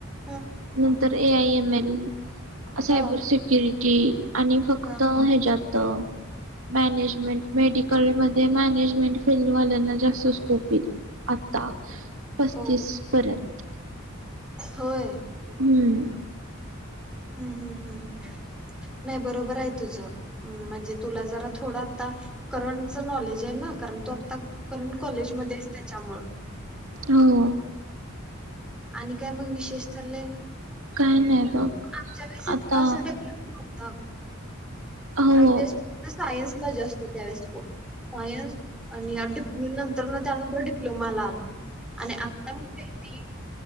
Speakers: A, in the centre; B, on the right (about 80°).
A: हम्म,
B: नंतर ए आय एम एल सायबर
A: हा
B: स. की आणि फक्त
A: हा
B: हे जात. मॅनेजमेंट मेडिकलमध्ये मॅनेजमेंट फिल्डवाल्यांना जास्त स्कोप ये आता पस्तीस
A: हो
B: पर्यंत.
A: होय.
B: हम्म.
A: हम् हम हम नाही बरोबर आहे, तुझं म्हणजे तुला जरा थोडं आता करंटच नॉलेज आहे ना, कारण तू आता करंट कॉलेज मध्येस त्याच्यामुळ
B: हो.
A: आणि काय मग विशेष चाललय.
B: काय नाही. बघ
A: आमच्या वेस
B: आता
A: इतकंसं डेव्हलप नव्हतं.
B: हो
A: आमच्या सायन्स जास्त त्यावेळेस ब सायन्स आणि प नंतर त्यानंतर डिप्लोमाला आला आणि आता म माहिती